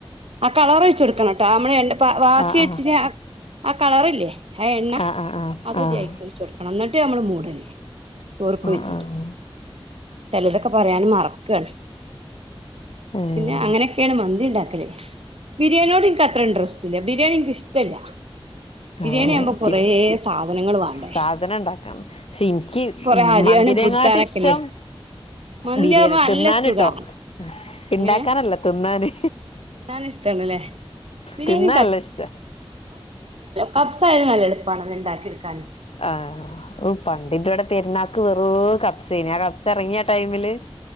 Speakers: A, on the right; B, on the left.
A: ആ കളർ വച്ച കൊടുക്കണംട്ടോമ്മള് എ ബാക്കി
B: ആഹ്
A: വെച്ചി
B: ആഹ്
A: ആ കളർല്ലേ? ഹ എണ്ണ
B: ആഹ് ആഹ്
A: അത്
B: ആഹ്
A: അയിക്കോഴിച്ച കൊടുക്കണം എന്നിട്ട് നമ്മുടെ മൂടല്ലേ ർക്ക് വച്ചിട്ട്
B: ആഹ് ആഹ്
A: ചിലതൊക്കെ പറയാനും മറക്കാണ്.
B: ഏഹ്
A: പിന്നെ അങ്ങനെയൊക്കെയാണ് മന്തി ഉണ്ടാക്കലേ ബിരിയാണിയോട്നക്ക് അത്ര ഇന്ട്രെസ്റ് - ബിരിയാണി നിക് ഇഷ്ടല്ല. ബിരിയാണി
B: ആ
A: ആകുമ്പോ
B: എനിക്ക്
A: കൊറേ സാധനങ്ങൾ വേണ്ടേ
B: സാധന ഉണ്ടാക്കാം പക്ഷെ എനിക്ക്
A: കൊറെ അരിയാനും
B: മ - ബരിങ്ങാട്ട
A: പുടിച്ചാനൊക്കെല്ലേ
B: ഇഷ്ടം
A: മന്തിയാവുമ്പോ
B: ബിരിയാണി
A: നല്ല
B: തിന്നാന്
A: സുഖാ
B: ട്ടൊ. ഉണ്ടാക്കാനല്ല
A: ഇങ്ങനെ
B: തിന്നാന്.
A: തിന്നാൻ ഇഷ്ടാണല്ലേ ബിരിയാണി
B: തിന്ന നല്ല ഇഷ്ട.
A: കബ്സയത് നല്ല എളുപ്പമാണ് അത് ണ്ടാക്കിയെടുക്കാൻ.
B: ആ പണ്ടിട്ട ഇവിടെ പെരുന്നാക്ക് വെറു കബ്സേനി ആ കബ്സ ഇറങ്ങിയ ടൈമില്-